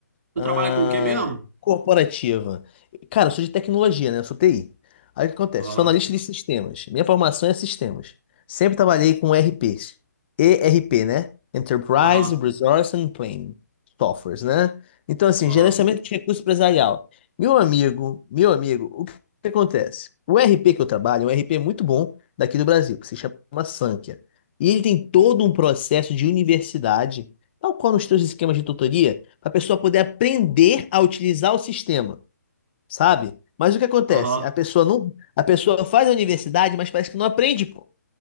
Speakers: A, on the right; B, on the left.
A: Tu
B: ah,
A: trabalha com o quê mesmo?
B: corporativa. Cara, eu sou de tecnologia, né? Eu sou TI. Aí o que acontece?
A: Aham,
B: Sou analista de sistemas. Minha formação é sistemas. Sempre trabalhei com ERPs. ERP, né? Enterprise
A: aham,
B: Resource and Planning Softwares, né? Então, assim,
A: aham,
B: gerenciamento de recurso empresarial. Meu amigo, meu amigo, o que que acontece? O ERP que eu trabalho é um ERP muito bom daqui do Brasil, que se chama Sankhya. E ele tem todo um processo de universidade, tal qual nos seus esquemas de tutoria para a pessoa poder aprender a utilizar o sistema, sabe? Mas o que acontece?
A: aham.
B: A pessoa não, a pessoa faz a universidade, mas parece que não aprende, pô.